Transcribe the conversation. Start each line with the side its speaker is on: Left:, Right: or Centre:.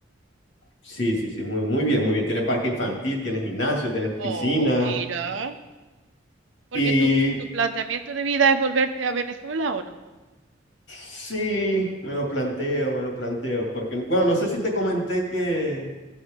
Left: Sí, sí, sí, muy, muy bien, muy bien. Tiene parque infantil, tiene gimnasio, tiene piscina.
Right: Oh, mira. Porque
Left: Y
Right: tu, tu planteamiento de vida es volverte a Venezuela o no.
Left: sí, me lo planteo, me lo planteo. Porque, bueno, no sé si te comenté que,